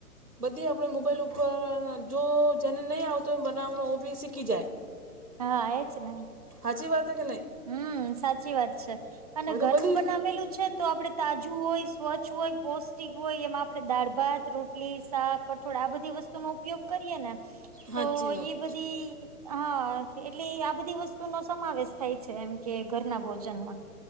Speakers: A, on the right; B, on the right.
A: બધી આપણે મોબાઈલ ઉપર જો જેને નહીં આવતો હોય બનાવણ ઓ બી શીખી જાય.
B: હા એ જ ને.
A: હચી વાત હે કે નઈ.
B: હમ્મ સાચી વાત છે અને
A: તો
B: ઘરનું
A: બધી
B: બનાવેલું છે તો આપડે તાજું હોય સ્વચ્છ હોય પૌષ્ટિક હોય એમાં આપડે દાળ ભાત રોટલી શાક કઠોળ આ બધી વસ્તુનો ઉપયોગ કરીએ ને.
A: વસ્તુનો ઉપયોગ કરીએ ને
B: તો
A: હાચી વાત
B: ઈ બધી હા એટલે આ બધી વસ્તુ નો સમાવેશ થાય છે એમ કે ઘરના ભોજનમાં